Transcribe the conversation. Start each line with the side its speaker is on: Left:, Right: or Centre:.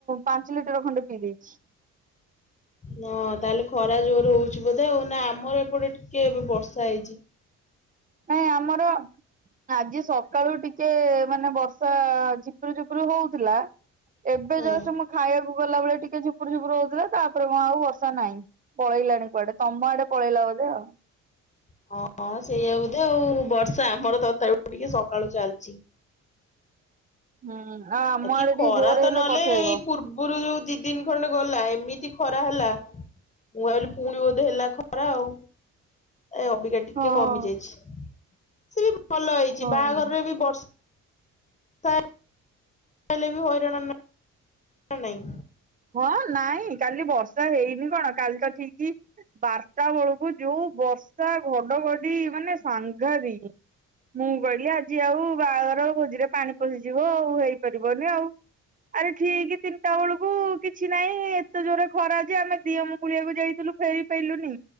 Right: ପାଞ୍ଚ ଲିଟର, ଖଣ୍ଡେ ପିଇ ଦେଇେଛି। <inaudible>
Left: ହଁ, ତାହେଲେ ଖରା ଜୋରେ ହଉଛି ବୋଧେ? ନା ଆମର ଏପଟେ ଟିକେ, ଏବେ ବର୍ଷା ହେଇଛି।
Right: ନାଇଁ ଆମର, ଆଜି ସକାଳୁ ଟିକେ ମାନେ ବର୍ଷା ଝି ଝୁପୁର, ଝୁପୁର ହଉଥିଲା। ଏବେ
Left: ହୁଁ।
Right: ଯଷ୍ଟ, ମୁ ଖାଇବାକୁ ଗଲାବେଳେ, ଟିକେ ଝୁପୁର, ଝୁପୁର ହଉଥିଲା। ତା ଏପଟେ ଆଉ'ବର୍ଷା ନାହିଁ। ପଳେଇଲାଣି କୁଆଡେ? ତମ ଆଡେ ପଳେଇଲା ବୋଧେ ଆଉ?
Left: ହଁ ସେଇଆ ବୋଧେ ଆଉ ବର୍ଷା ଆମର, ତଥାପି ଟିକେ ସକାଳୁ ଚାଲିଛି।
Right: ହୁଁ। ଆଉ ଆମ
Left: ଆ କିି
Right: ଆଡେ
Left: ଖରା
Right: ଟିକେ ଜୋରରେ
Left: ତ
Right: ହେଲେ
Left: ନହେଲେ,
Right: ପଠେଇବ।
Left: ଏଇ ପୂର୍ବରୁ ଯୋଉ ଦି, ଦିନ ଖଣ୍ଡେ ଗଲା ଏ ଏମିତି ଖରା ହେଲା। ମୁଁ ଭାବିଲି, ପୁଣି ବୋଧେ ହେଲା ଖରା ଆଉ। ଏ ଅବିକା ଟିକେ,
Right: ହଁ
Left: କମି ଯାଇଛି। ସେ ବି ଭଲ ହେଇଛି।
Right: ହଉ।
Left: ବାହାଘରରେ ବି ବର୍ଷା ର୍ଷା, ହେଲେବି ହୋଇରାଣ, ନା ନାଇଁ।
Right: ହଁ ନାଇଁ, କାଲି ବର୍ଷା ହେଇନି କଣ, କାଲି ତ ଠିକ ବାରଟା ବେଳକୁ ଯୋଉ ବର୍ଷା, ଘଡଘଡି ମାନେ ସାଙ୍ଘାତିକ। ମୁଁ କହିଲି, ଆଜି ଆଉ ବାହାଘର ଭୋଜିରେ ପାଣି ପଶିଯିବ। ଆଉ ହେଇପାରିବନି ଆଉ। ଆରେ ଠିିକ, ତିନିଟା ବେଳକୁ କିଛି ନାହିଁ। ଏତେ ଜୋରେ ଖରା ଯେ ଆମେ ଦିଅ ମଗୁଳିଆକୁ ଯାଇଥିଲୁ, ଫେରି ପାରିଲୁନି।